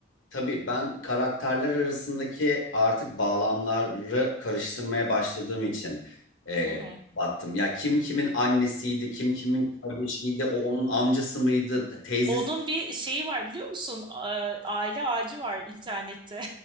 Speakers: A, on the left; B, on the right.
A: tabii ben karakterler arasındaki artık bağlamları karıştırmaya başladığım için e,
B: Hı hı.
A: battım. Ya kim kimin annesiydi, kim kimin kardeşiydi, o onun amcası mıydı, teyzesi
B: Onun bir şeyi var biliyor musun? A- Aile ağacı var internette.